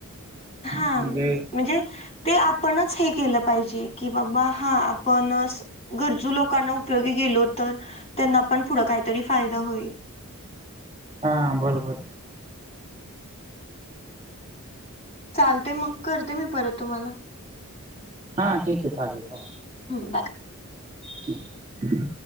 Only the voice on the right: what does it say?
म्हणजे
हा बरोबर
हा ठीकेय चालेल
चा